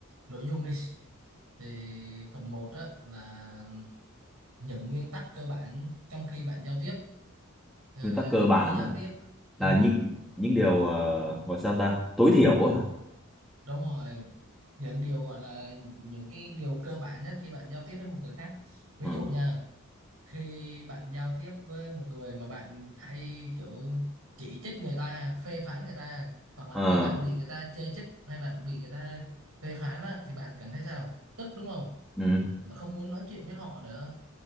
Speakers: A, on the right; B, in the centre.
A: nội dung đi thì phần một á là những nguyên tắc cơ bản trong khi bạn giao tiếp Ờ,
B: nguyên tắc cơ
A: trong
B: bản
A: khi giao
B: à.
A: tiếp ừ,
B: là những những điều uh, gọi sao ta tối thiểu à.
A: đúng rồi những điều gọi là những cái điều cơ bản nhất khi bạn giao tiếp với một người khác ví
B: ừ.
A: dụ nha khi bạn giao tiếp với một người mà bạn hay kiểu chỉ trích người ta phê phán người ta hoặc là
B: Ờ,
A: khi bạn bị người ta chê trích hay bạn bị người ta phê phán á, thì bạn cảm thấy sao tức đúng không
B: ừ.
A: mà không muốn nói chuyện với họ nữa